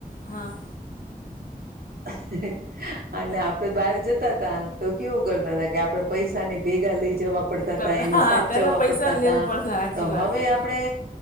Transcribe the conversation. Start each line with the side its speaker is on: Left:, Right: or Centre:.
Left: હા
Right: હ અને આપડે બહાર જતા તા તો કેવું કરતા હતા કે આપડે પૈસા ને ભેગા લઈ જવા પડતાતા,
Left: પે-
Right: એને
Left: હા
Right: સાચવવા
Left: પહેલાં પૈસા
Right: પડતાતા.
Left: લેવું પડશે સાચી
Right: તો
Left: વાત
Right: હવે
Left: છે
Right: આપણે